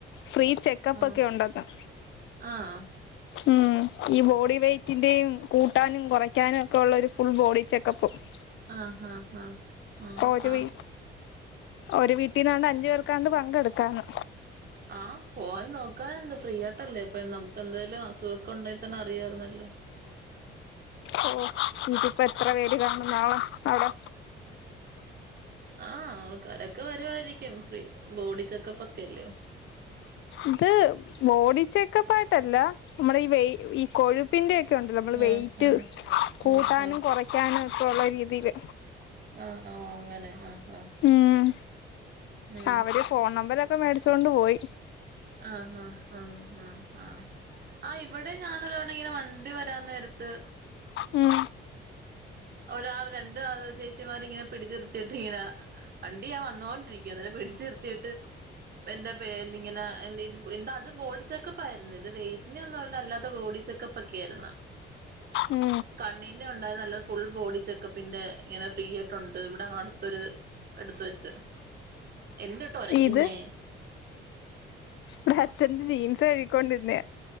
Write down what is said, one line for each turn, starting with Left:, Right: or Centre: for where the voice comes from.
Left: ഫ്രീ ചെക്കപ്പ്ക്കെ
Right: ആഹ്
Left: ഉണ്ടന്ന്‌
Right: ആഹ്
Left: ഉം ഈ ബോഡി വെയ്റ്റിന്റെയും കൂട്ടാനും കുറയ്ക്കാനും ഒക്കെള്ള ഒരു ഫുൾ ബോഡി ചെ <unintelligible>
Right: ആഹ് ആഹ് ആഹ് ആഹ്
Left: ഒരു
Right: ആഹ്
Left: വീ ഒരു വീട്ടീന്നാണ്ട് അഞ്ചു പേർക്കാണ്ട് പങ്കെടുക്കാന്ന്
Right: ആഹ് പോയി നോക്കാനേ എന്താ ഫ്രീ ആയിട്ടല്ലേ ഇപ്പ നമുക്ക് എന്തേലും അസുഖമൊക്കെ ഉണ്ടായി തന്നെ അറിയാരുന്നല്ലോ
Left: ഓ ഇനിതിപ്പ എത്ര പേര് കാണും നാളെ അവിടെ
Right: ആഹ് ആൾക്കാരൊക്കെ വരുമായിരിക്കും ഫ്രീ ബോഡി ചെക്കപ്പ്ക്കെല്ലേ
Left: ഇത് ബോഡി ചെക്കപ്പ് ആയിട്ടല്ല നമ്മുടെ ഈ വേ ഈ കൊഴു പ്പിന്റെ ഒക്കെ ഉണ്ടല്ലോ നമ്മള്
Right: ആഹ്
Left: വെയിറ്റ്
Right: ആഹ്
Left: കൂട്ടാനും
Right: ആഹ് ആഹ്
Left: കുറയ്ക്കാനും ഒക്കെള്ള രീതിയില്
Right: ആഹ് ആഹ് അങ്ങനെ ആഹ് ആഹ്
Left: ഉം
Right: ഉം
Left: അവര് ഫോൺ നമ്പർക്കെ മേടിച്ചൊണ്ട് പോയി
Right: ആഹ് ആഹ് ആഹ് ആഹ് ആഹ് ആഹ് ഇവിടെ ഞാൻ ഒരാള് ഇങ്ങനെ വണ്ടി വരാൻ നേരത്ത്
Left: ഉം
Right: ഒരാൾ രണ്ട് ചേച്ചിമാര്ങ്ങനെ പിടിച്ചിർത്തിട്ട് ഇങ്ങനെ വണ്ടി ആഹ് വന്നോണ്ടിരിക്കണ്‌ അവരെ പിടിച്ചു നിർത്തിട്ട് എന്താ എ ഇങ്ങനെ എ എന്താ അത് ബോഡി ചെക്കപ്പ് ആയിരുന്നു ഇത് വെറ്റിനെ ഒന്ന പറഞ്ഞാ അല്ലാതെ ബോഡി ചെക്ക പ്പക്കെയായിരുന്നു
Left: ഉം
Right: കണ്ണിന്റെ ഉണ്ടായത് നല്ല ഫുൾ ബോഡി ചെക്കപ്പിന്റെ ഇങ്ങനെ ഫ്രീ ആയിട്ടുണ്ട് ഇവിടെ അടുത്തൊരു അടുത്ത് വെച്ച് എന്ത്വാ ഇട്ട് ഉരയ്ക്കുന്നേ
Left: ഇത് ഇവിടെ അച്ഛന്റെ ജീൻസ് കഴിക്കൊണ്ടിരുന്ന